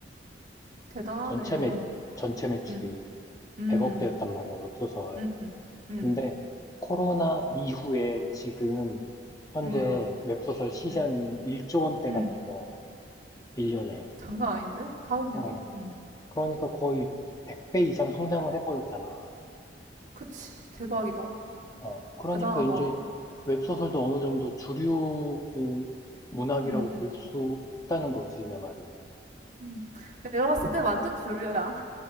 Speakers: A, on the right; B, on the left.
A: 대단하네.
B: 전체 매,
A: 어,
B: 전체 매출이
A: 음, 음,
B: 100억대였단 말이야, 웹소설.
A: 음, 음, 음,
B: 근데 코로나 이후에 지금 현재
A: 음,
B: 웹소설 시장이
A: 음,
B: 1조 원대가
A: 음.
B: 넘어, 1년에.
A: 장난 아닌데? 파급력이?
B: 어,
A: 음.
B: 그러니까 거의 100배 이상 성장을 해버렸잖아.
A: 그치. 대박이다.
B: 어, 그러니까
A: 대단하다.
B: 이제 웹소설도 어느 정도 주류 어, 문학이라고
A: 음, 음,
B: 볼 수 있다는 거지, 내 말은.
A: 음. 내가 봤을 때 완전 주류야.